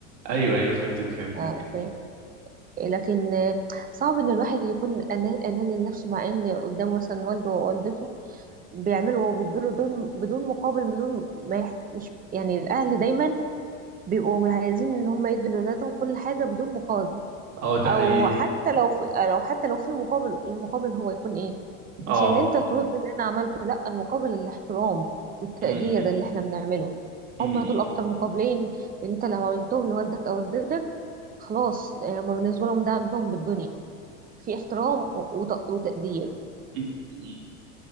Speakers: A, on the right; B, on the right.
A: ايوه ايوه فهمتك فهمتك
B: آه، فاهم لكن آه، صعب ان الواحد يكون أنا- اناني لنفسه مع ان قدامه مثلا والده ووالدته بيعملوا وبيدوله دول بدون مقابل بدون ما يح... مش يعني الاهل دايما بيبقوا عايزين ان هم يدوا لاولادهم كل حاجة بدون مقابل
A: اه ده
B: او
A: حقيقي
B: حتى لو في لو حتى لو في مقابل المقابل هو يكون ايه
A: اه
B: مش ان انت ترد اللي انا عملته لا المقابل الاحترام والتقدير
A: امم
B: اللي احنا بنعمله
A: امم
B: هم
A: امم
B: دول اكتر مقابلين انت لو عملتهم لوالدك او والدتك خلاص آه، هم بالنسبه لهم ده عندهم بالدنيا في احترام و- وت- وتقدير
A: امم امم.